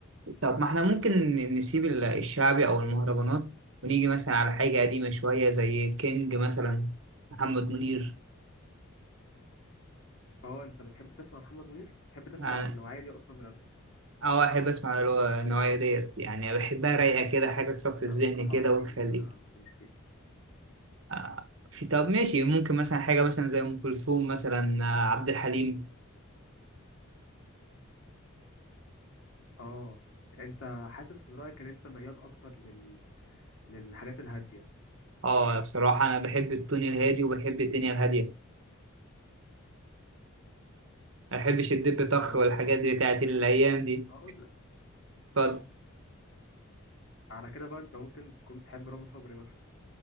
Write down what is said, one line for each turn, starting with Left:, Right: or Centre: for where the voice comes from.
Right: طب ما احنا ممكن نسيب ال- الشعبي او المهرجانات ونيجي مثلا على حاجة قديمة شوية زي كينج مثلا محمد منير
Left: اه انت بتحب تسمع محمد منير بتحب تسمع
Right: يعني
Left: النوعيه دي اصلا من الأغاني؟
Right: اه احب اسمع اللي هو النوعية ديت يعني بحبها رايقة كده حاجة تصفي الذهن
Left: انا بصراحه
Right: كده
Left: رايي
Right: وتخليك
Left: ان انا ماليش فيه
Right: آه في طب ماشي ممكن مثلا حاجة مثلا زي ام كلثوم مثلا آه، عبد الحليم
Left: اه انت حاسس من رايك ان انت ميال اكتر لل... للحاجات الهاديه
Right: اه بصراحة انا بحب التون الهادي وبحب الدنيا الهادية ما بحبش الدب طخ
Left: اه
Right: والحاجات
Left: اه
Right: دي
Left: فهمتك
Right: بتاعت
Left: فهمتك
Right: الايام دي
Left: طب اقول لك
Right: اتفضل
Left: على كده بقى انت ممكن تكون بتحب رامي صبري مثلا